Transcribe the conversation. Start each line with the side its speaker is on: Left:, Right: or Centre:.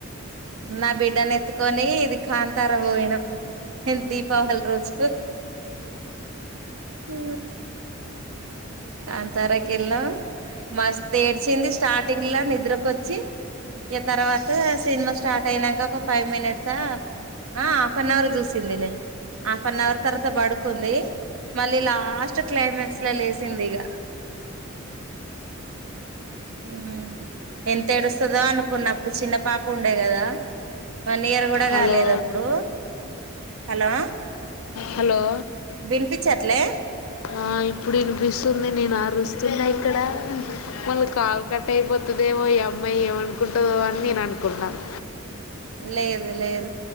Right: నా బిడ్డను ఎత్తుకొని ఇది కాంతార పోయినప్పుడు దీపావళి రోజు ఉ కాంతారకి వెళ్ళం మస్ ఏడ్చింది స్టార్టింగ్ లో నిద్రకొచ్చి ఇగ తర్వాత సినిమా స్టార్ట్ అయినాంక ఒక ఫైవ్ మినిట్సా ఆ హాఫ్ అన్ అవర్ చూసింది లే హాఫ్ అన్ అవర్ తర్వాత పడుకుంది మళ్ళీ లాస్ట్ క్లైమాక్స్ ల లేస్ సింది ఇగ ఉ ఎం తెరుస్తుదో అనుకున్న అప్పుడు చిన్న పాప ఉండే కదా వన్ ఇయర్ గూడా
Left: హలో
Right: కాలేదు అప్పుడు హలో
Left: హలో
Right: వినిపించట్లే
Left: ఆ ఇప్పుడు వినిపిస్తుంది నేను ఆరుస్తున్నా ఇక్కడ మళ్ళీ కాల్ కట్ అయిపో వత్తుదేమో ఈ అమ్మాయి ఏమనుకుంటదో అని నేను అనుకుంటన్నాను
Right: లేదు లేదు